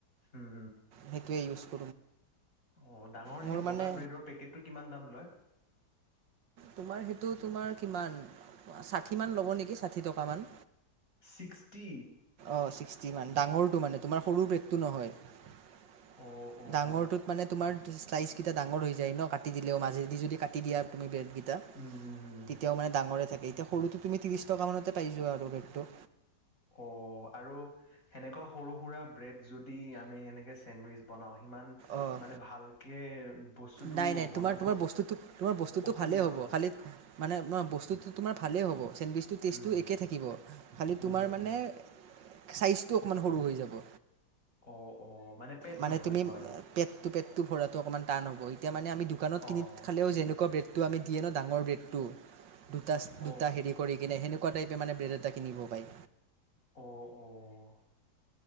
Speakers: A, on the left (about 50°); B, on the right (about 80°).
A: হুম
B: সেইটোয়ে ইউজ <inaudible>
A: অঁ ডাঙৰ
B: মোৰ
A: সেই বগা
B: মানে
A: ব্ৰেডৰ পেকেটটো কিমান দাম লয়।
B: তোমাৰ সেইটো তোমাৰ কিমান ষাঠি মান ল'ব নেকি ষাঠি টকামান।
A: ছিক্সটি।
B: অঁ, ছিক্সটি মান ডাঙৰটো মানে তোমাৰ সৰু ব্ৰেডটো নহয়।
A: অ' অ'
B: ডাঙৰটোত মানে তোমাৰ শ্লাইচকেইটা ডাঙৰ হৈ যায় ন, কাটি দিলেও মাজেদি যদি কাটি দিয়া তুমি বে তেতিয়াও
A: হুম হুম
B: মানে ডাঙৰে থাকে। এতিয়া সৰুটো তুমি ত্ৰিশ টকা মানতে পাই যোৱা আৰু ব্ৰেডটো।
A: অ'। আৰু সেনেকুৱা সৰু সুৰা ব্ৰেড যদি আনি এনেকে চেণ্ডউইচ বনাওঁ সিমান
B: অ'
A: মানে ভালকে বস্তুটো
B: নাই নাই
A: বনাব
B: তোমাৰ তোমাৰ বস্তুটো তোমাৰ বস্তুটো
A: অসুবিধা
B: ভালেই
A: হ'ব।
B: খালি মানে তোমাৰ বস্তুটো তোমাৰ ভালেই হ'ব। চেণ্ডউইচটো টেষ্টটো
A: উম,
B: একে থাকিব, খালি
A: উম,
B: তোমাৰ মানে চাইজটো সৰু হৈ যাব।
A: অ অ। পেট
B: মানে
A: নভৰিব
B: তুমি
A: আৰু
B: পেটটো পেট টো ভৰাটো অকমান টান হ'ব। এতিয়া মানে আমি দোকানত
A: অ'।
B: কিনি খালেও যেনেকুৱা ব্ৰেড টো আনি দিয়ে ন, ডাঙৰ ব্ৰেডটো। দুটাচ
A: অ',
B: দুটা হেৰি কৰি কিনে হেনেকুৱা টাইপে মানে ব্ৰেড এটা কিনিব পায়।
A: অ অহ।